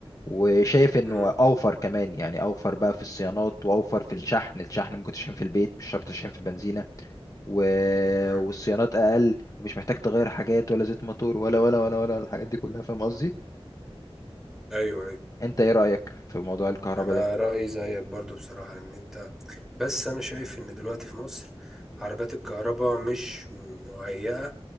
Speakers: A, on the left; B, in the centre.
A: وشايف انه
B: امم
A: اوفر كمان يعني اوفر بقى في الصيانات واوفر في الشحن الشحن ممكن تشحن في البيت مش شرط تشحن في بنزينه و...
B: امم
A: والصيانات اقل ومش محتاج تغير حاجات ولا زيت موتور ولا ولا ولا ولا الحاجات دي كلها فاهم قصدي
B: ايوه ايوه
A: انت ايه رايك في موضوع الكهرباء
B: انا
A: ده
B: رأيي زيك برضو بصراحة ان انت بس انا شايف ان دلوقتي في مصر عربيات الكهرباء مش مهيئة